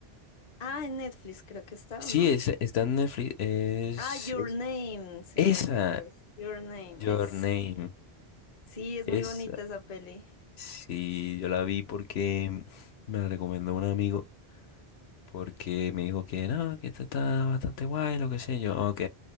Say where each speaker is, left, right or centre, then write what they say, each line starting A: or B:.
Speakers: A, on the left (about 45°); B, on the left (about 75°).
A: Ah, en Netflix creo que está,
B: Sí,
A: ¿o no?
B: es, está en Netflix. Es,
A: Ah, Your
B: es-
A: Name, se
B: esa,
A: me hace que es. Your Name,
B: Your
A: es.
B: Name.
A: Sí, es
B: Esa.
A: muy bonita esa peli.
B: Sí, yo la vi porque me la recomendó un amigo. Porque me dijo que no, que esta está bastante guay, lo que sé yo. Ok.